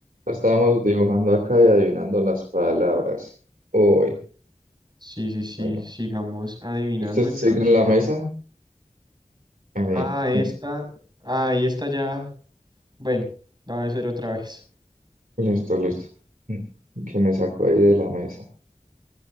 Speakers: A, on the right; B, on the right.
A: Estábamos dibujando acá y adivinando las palabras. Uy,
B: Sí, sí, sí,
A: bueno,
B: sigamos adivinando.
A: usted sigue
B: Entonces,
A: en la
B: bueno,
A: mesa. A mí,
B: ah, esta,
A: mm,
B: ahí esta ya, bueno, la voy a hacer otra vez.
A: listo, listo. Mm, Que me sacó ahí de la mesa.